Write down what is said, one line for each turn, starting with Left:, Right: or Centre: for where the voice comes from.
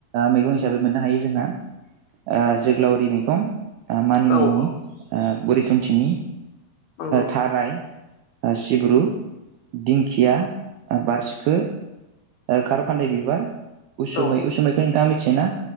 Right: मैगं हिसाबै मोननो हायो जोंहा ओ जोग्लावरि मैगं मानिमुनि
Left: औ औ
Right: ओ बुरिथुनथिनि
Left: नंगौ
Right: थाराय सिब्रु दिं दिंखिया बारसिखो खार' खान्दाय बिबार उसुमै
Left: औ
Right: उसुमैखौ नोंथाङा मिथियो ना?